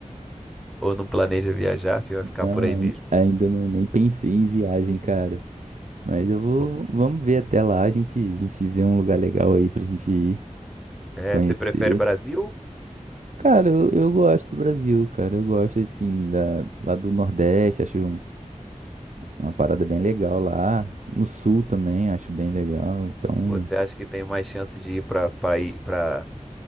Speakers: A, in the centre; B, on the right (about 70°).
A: Ou não planeja viajar,
B: <laughs>
A: fi, vai ficar
B: Não,
A: por aí mesmo.
B: ai- ainda não, nem pensei em viagem, cara. Mas eu vou,
A: Pô,
B: vamos ver até lá, a gente, a gente vê um lugar legal aí pra gente ir
A: É,
B: conhecer.
A: você prefere Brasil?
B: Cara, eu, eu gosto do Brasil, cara. Eu gosto, assim, da, lá do Nordeste, acho Uma parada bem legal lá. No sul também, acho bem legal. Então,
A: Você acha que tem mais chance de ir para para